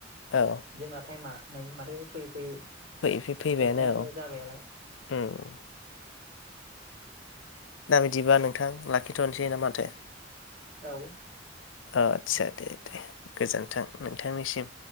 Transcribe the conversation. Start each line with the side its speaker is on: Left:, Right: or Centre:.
Left: औ
Right: जोंना टाइमा नै माथो फैयै फैयै
Left: फै फै फैबायानो
Right: जोबनायानो
Left: औ
Right: जाबायालाय
Left: ओम दा बिदिबा नोंथां लाखिथ'नोसै ना माथो
Right: औ
Left: आदसा दे दे गोजोन्थों नोंथांनिसिम